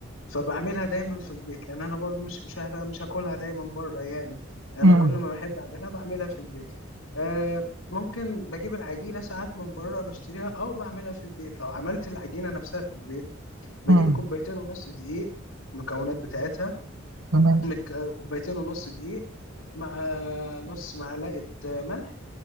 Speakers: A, on the left; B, on the right.
A: فبعملها دايما في البيت لان انا برضو مش مش ه- مش هاكلها دايما بره يعني انا
B: امم
A: كل ما بحب اعملها بعملها في البيت آه ممكن بجيب العجينه ساعات من بره بشتريها او بعملها في البيت لو عملت العجينه نفسها في البيت بجيب
B: امم
A: كوبايتين ونص دقيق المكونات بتاعتها
B: تمام
A: مك- كوبايتين ونص دقيق مع نص معلقة ملح